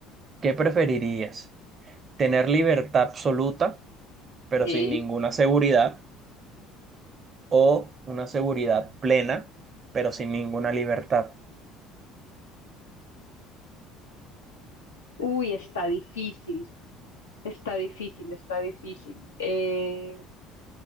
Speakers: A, on the right; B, on the left.
A: ¿Qué preferirías? ¿Tener libertad absoluta, pero
B: ¿Sí?
A: sin ninguna seguridad? ¿O una seguridad plena, pero sin ninguna libertad?
B: Uy, está difícil, está difícil, está difícil. Eh,